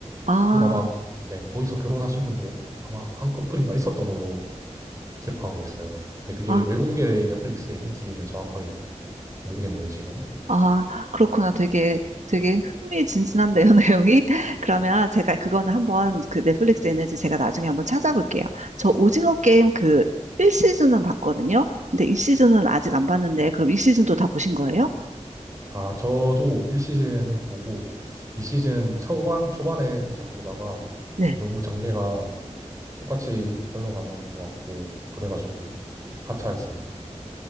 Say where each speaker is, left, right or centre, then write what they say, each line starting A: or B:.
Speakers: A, on the right (about 75°); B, on the right (about 25°).
A: 아,
B: 그리고 아마 네, 거기서 결혼하신 분도 아마 한 커플인가 있었던 걸로 기억하고 있어요. 근데 그게
A: 아,
B: 외국의 넷플릭스에 있는지는 정확하게 모르겠네요, 지금.
A: 아, 그렇구나. 되게, 되게 흥미진진한데요, <laughs> 내용이. 그러면 제가 그거는 한번 그 넷플릭스 에너지 제가 나중에 한번 찾아볼게요. 저 오징어 게임 그 1시즌은 봤거든요. 근데 2시즌은 아직 안 봤는데, 그럼 2시즌도 다 보신 거예요?
B: 아, 저도 1시즌은 보고 2시즌 초반, 초반에 살짝 보다가
A: 네.
B: 너무 전개가 똑같이 흘러가는 것 같고 그래가지고 4차 했습니다.